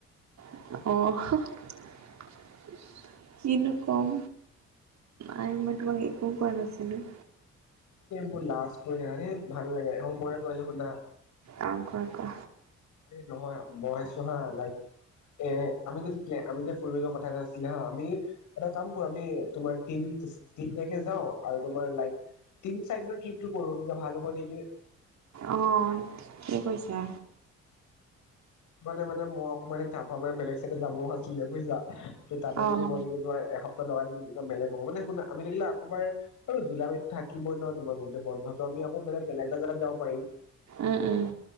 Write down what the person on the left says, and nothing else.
বোৰ লাজ কৰি থাকা দেই ভাল নালাগে মইয়ে কৈ আছোঁ শুনা।
এই নহয় মই ভাবিছোঁ হা লাইক। এ আমি যিটো আমি যে ফুৰিব যোৱা কথা এটা আছিলে হ আমি এটা কাম কৰো আমি তোমাৰ তিন তিন তাৰিখে যাও আৰু তোমাৰ লাইক। তিন চাৰিদিনৰ ট্ৰিপটো কৰো তেতিয়া ভাল হ'ব নেকি?
মানে মানে মই অকমান মানে বেলেগ চাইডে যাবও আাছিলে বুজিছা। ত' তাতে
যদি মই এনেকে তোমাৰ এসপ্তাহ লগাই দি বেলেগ হ'ব মানে শুনা আমি লাগিলে আকবাৰ আৰু জুলাই মাহটো থাকিবই ন তোমাৰ গোটে বন্ধটো আমি বেলেগ। বেলেগ এটা জাগাত যাব পাৰিম।